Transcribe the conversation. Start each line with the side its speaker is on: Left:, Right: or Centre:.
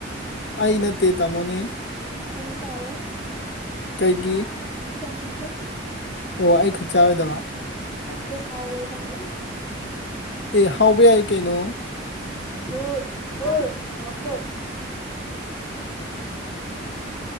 Left: ꯑꯩ ꯅꯠꯇꯦ ꯇꯥꯃꯣꯅꯤ
Centre: ꯑꯩꯅꯤ ꯆꯔ
Left: ꯀꯩꯒꯤ
Centre: ꯑꯣꯏ ꯆꯅꯤꯡꯗ
Left: ꯑꯣ ꯑꯩ ꯈꯨꯠ ꯆꯥꯔꯣꯏꯗꯕ
Centre: ꯅꯦ ꯍꯥꯎꯔꯣꯏ ꯈꯪꯕ
Left: ꯑꯦ ꯍꯥꯎꯕ ꯌꯥꯏ ꯀꯩꯅꯣ
Centre: ꯍ ꯍ ꯑꯈꯣ